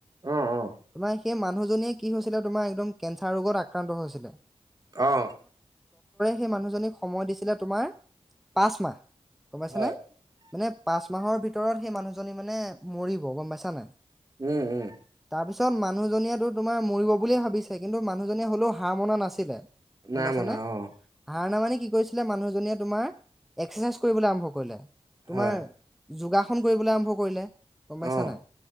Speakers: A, on the right; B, in the centre.
A: অ অ
B: তোমাৰ। সেই মানুহ কি হৈছিল তমাৰ কোৰ ৰোগত আক্ৰান্ত হৈ উৰে,
A: অ
B: সেই মানুহজনীক সময় দিছিলে তোমাৰ পাঁচ মাহ গম পাইছা
A: হয়
B: নে মানে পাঁচ মাহৰ ভিতৰত সেই মানুহজনী মানে মৰিব গম পাইছা নাই।
A: উম, উম।
B: তাৰপিছত মানুহজনীয়েো তোমাৰ মৰিব বুলিয়ে ভাবিছে কিন্তু মানুহজনীয়ে হ'লেও হাৰ মনা নাছিলে। গম
A: নাই
B: পাইছ
A: মনা
B: নে
A: অ
B: আহাৰ ন মানে কি কৰিছিলে মানুহজনীয়ে তোমাৰ এক্সাৰচাইজ কৰিবলৈ আৰম্ভ কৰিলে তোমাৰ
A: হয়
B: যোগাসন কৰিবলৈ আৰম্ভ কৰিলে গম পাইছা
A: অ
B: নাই।